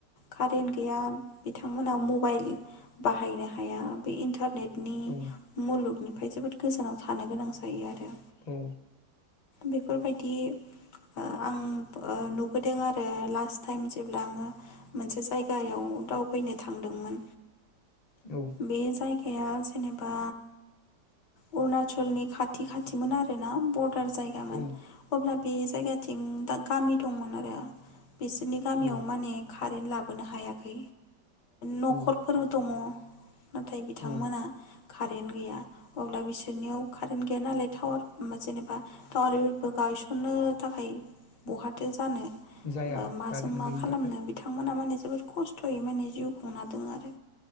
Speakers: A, on the left; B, on the left.
A: कारेन्ट गैया बिथांमोना मबाइल बाहायनो हाया बे इन्टारनेट नि
B: औ
A: मुलुगनि ओमफफ्राय जोबोद गोजानाव थानो गोनां जायो आरो
B: औ
A: बेफोरबायदि आं नुबोदों आरो लास्ट टाइम जेब्ला आङो मोनसे जायगायाव दावबायैनो थांदोंमोन
B: औ
A: बे जायगाया जेनेबा अरुणाचलनि खाथि खाथिमोन आर ना बर दार जायगामोन
B: औ
A: अब्ला बे जायगाथिं दा गामि दंमोन आरो बिसोरनि
B: औ
A: गामियाव माने कारेन्ट लाब बोनो हायाखै नखरफोर
B: औ
A: दङ नाथाय बिथांमोनहा
B: औ
A: कारेन्ट गैया अब्ला बिसोरनियाव कारेन्ट गैया नालाय टावार जेनेबा टावारबो गायसननो थाखाय बहाथो जानो
B: जाया
A: माजों
B: कारेन्ट
A: मा
B: गैयिनि
A: खालामनो
B: थाखाय
A: बिथांमोना माने जोबोद खस्थ थयै माने जिउ खुं हादों आरो